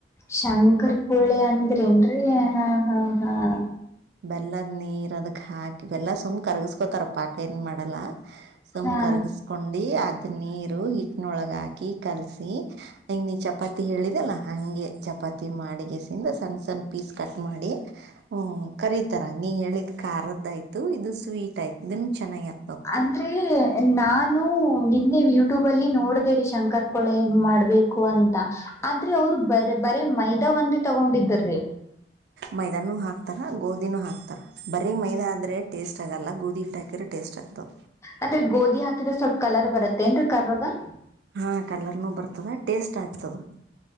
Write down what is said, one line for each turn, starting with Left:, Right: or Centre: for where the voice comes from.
Left: ಶಂಕರ್, ಪೋಳೆ ಆಂಡ್ರೆಯೇನುರಿ, ಹಾ, ಹಾ! ಹಾ. <inaudible>
Right: ಬೆಲ್ಲದ, ನೀರ್ ಅದಕ್ ಹಾಕಿ ಬೆಲ್ಲ ಸುಮ್ಮನೆ ಕರಿಗಿಸಿಕೊಳ್ಳುತ್ತಾರೆ ಪಾಕು ಏನ್ ಮಾಡಲ್ಲ? ! <inaudible> ಸುಮನೆ,
Left: ಹಾ
Right: ಕರ್ಗಿಸಕೊಂಡಿ ಅ. <inaudible> ನೀರು, ಹಿಟ್ಟಿನೊಳಗ ಹಾಕಿ ಕಲ್ಸಿ! ಹಂಗ್ ನೀ ಚಪಾತಿ ಹೇಳಿದಲ್ಲಾ, ಹಂಗೆ ಚಪಾತಿ. <inaudible> ಚಪಾತಿ, ಮಾಡಡಿಗೆಸಿಂದ, ಸಣ್ಣ ಸಣ್ಣ ಪೀಸ್ ಕಟ್ ಮಾಡಿ. <inaudible> ಹ್ಮ್, ಕರೀತಾರ ನೀ ಹೇಳಿದ್ ಖಾರದು ಆಯ್ತು ಇದು ಸ್ವೀಟ್ ಆಯ್ತು ನಿಮ್ದು ಚೆನ್ನಾಗಿದೆ.. <inaudible>
Left: ಅಂದ್ರೆ, ನಾನು! <inaudible> ನಿನ್ನೆ ಯೂಟ್ಯೂಬ್ ಅಲ್ಲಿ ನೋಡ್ದೇರಿ! ಶಂಕರ್ ಕೊಳೆನ್ ಮಾಡ್ಬೇಕು? ಅಂತ ಆದ್ರೆ ಅವ್ರು ಬ! <inaudible> ಬರೀ, ಮೈದಾ ಒಂದು, ತಗೊಂಡಿದ್ದಿದ್ರಿ... <inaudible>
Right: ಮೈದಾನೂ ಹಾಕ್ತಾರ, ಗೋಧಿನೂ ಹಾಕ್ತಾರ ಬರೀ! ಮೈದಾ, ಆದ್ರೆ ಟೇಸ್ಟ್ ಆಗೋಲ್ಲ, ಗೋಧಿ ಹಿಟ್ಟು ಹಾಕಿದ್ರೆ ಟೇಸ್ಟ್ ಆಗ್ತದೆ? <inaudible>
Left: ಅಂದ್ರೆ, ಗೋಧಿ ಹಾಕಿದ್ರೆ, ಸ್ವಲ್ಪ ಕಲರ್ ಬರುತ್ತೇ ಏನ್ರೀ, ಕಾರುಗ... <inaudible>
Right: ಹಾ, ಕಲರ್ನು ಬರ್ತದೆ, ಟೇಸ್ಟ್ ಆಗ್ತದೆ... <inaudible>